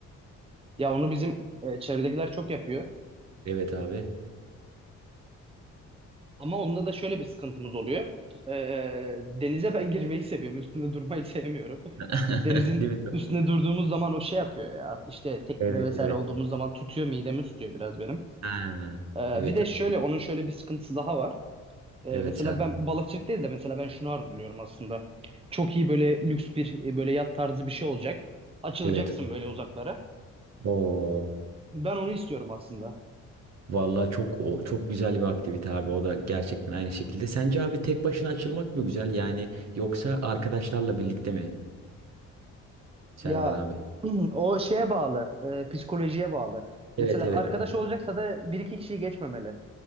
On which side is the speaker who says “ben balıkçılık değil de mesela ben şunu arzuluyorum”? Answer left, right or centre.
Right